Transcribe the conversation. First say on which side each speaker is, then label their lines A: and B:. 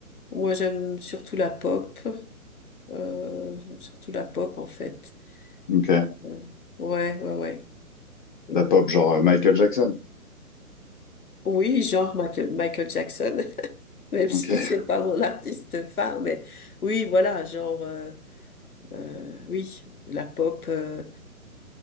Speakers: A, on the left (about 75°); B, on the left (about 35°).
A: moi j'aime surtout la pop, euh, j'aime surtout la pop en fait.
B: Ok. De
A: Euh, ouais, ouais, ouais. Euh,
B: la pop, genre euh, Michael Jackson.
A: oui, genre Michael, Michael Jackson, <laughs> même
B: Ok.
A: si c'est pas mon artiste phare, mais oui, voilà, genre euh, euh, oui, la pop. euh,